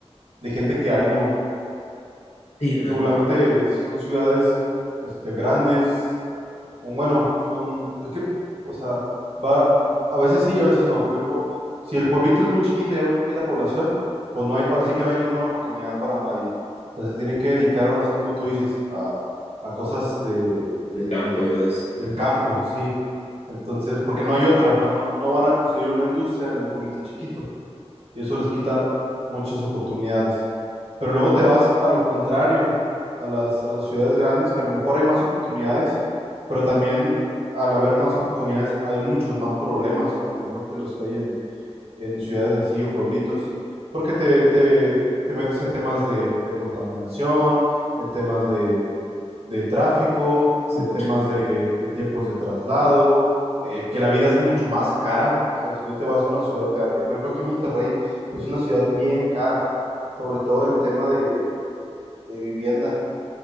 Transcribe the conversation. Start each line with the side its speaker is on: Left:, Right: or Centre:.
Right: de gente que hay, ¿no?
Left: sí, no,
Right: Regularmente son ciudades este, grandes, o bueno, son, es que, o sea, va, a veces sí y a veces no. Por ejemplo, si el pueblito es muy chiquito y hay muy poquita población, pues no hay, ahora sí que no hay ninguna oportunidad para nadie. O sea, se tienen que dedicar ahora, sí, como tú dices, a, a cosas de,
Left: del
Right: de-
Left: campo y todo eso,
Right: del campo, sí. Entonces, porque no hay otra, o sea, no, no van a construir una industria en un pueblito chiquito y eso les quita muchas oportunidades. Pero luego te vas a lo contrario, a las, a las ciudades grandes, que a lo mejor hay más oportunidades, pero también al haber más oportunidades hay muchos más problemas que a lo mejor que los que hay en, en ciudades así o pueblitos, porque te, te, te metes en temas de, de contaminación, en temas de de tráfico,
Left: sí,
Right: en
Left: mucho.
Right: temas de, de tiempos de traslado, eh, que la vida es mucho más cara. O sea, si tú te vas a una ciudad grande, por ejemplo, aquí Monterrey es una ciudad bien cara, sobre todo en el tema de, de- de vivienda.